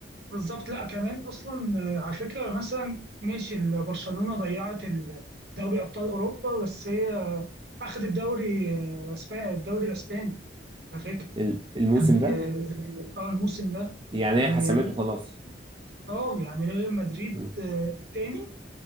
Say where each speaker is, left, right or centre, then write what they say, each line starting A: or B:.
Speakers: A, on the right; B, on the right.
A: بالظبط لا كمان اصلا آه، على فكره مثلا ماشي ال- برشلونه ضيعت ال- دوري ابطال اوروبا بس هي آه، اخذت الدوري آه، اسباني الدوري الاسباني على فكره
B: ال- الموسم
A: يعني
B: ده
A: اه آه، الموسم ده
B: يعني
A: يعني
B: هي حسمته
A: ري-
B: خلاص
A: اه يعني ريال مدريد
B: مم.
A: آه، التاني